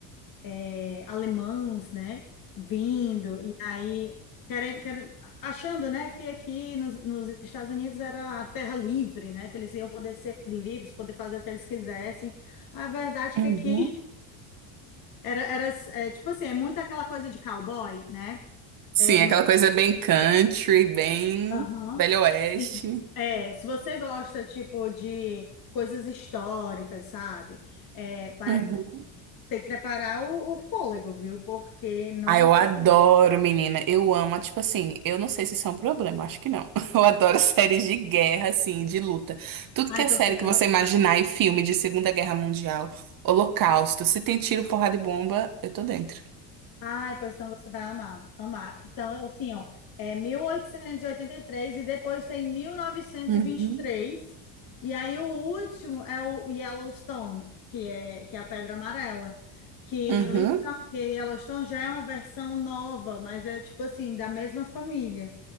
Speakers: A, on the left (about 50°); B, on the right (about 50°).
A: é, alemães, né, vindo, e aí, querendo, querendo, achando, né, que aqui nos, nos Estados Unidos era a terra livre, né, que eles iam poder ser livres, poder fazer o que eles quisessem. A verdade é
B: Uhum.
A: que aqui Era, era é, tipo assim, é muito aquela coisa de cowboy, né?
B: Sim,
A: É,
B: aquela coisa bem country, bem
A: Aham.
B: velho oeste.
A: Sim. É, se você gosta, tipo, de coisas históricas, sabe? É, vai-
B: Uhum.
A: tem que preparar o, o fôlego, viu? Porque, nossa,
B: Ah, eu adoro,
A: sim.
B: menina. Eu amo, tipo assim, eu não sei se isso é um problema, acho que não. <laughs> Eu adoro séries de guerra, assim, de luta. Tudo
A: Ah,
B: que é
A: então
B: série
A: você vai
B: que você
A: gostar.
B: imaginar e filme de Segunda Guerra Mundial, Holocausto, se tem tiro, porrada e bomba, eu tô dentro.
A: Ai, pois então você vai amar, amar. Então, assim, ó, é mil oitocentos e oitenta e e três e depois tem mil novecentos
B: Uhum.
A: E vinte e e três E aí o último é o Yellowstone, que é, que é a Pedra Amarela. Que,
B: Uhum.
A: literal, que Yellowstone já é uma versão nova, mas é, tipo assim, da mesma família.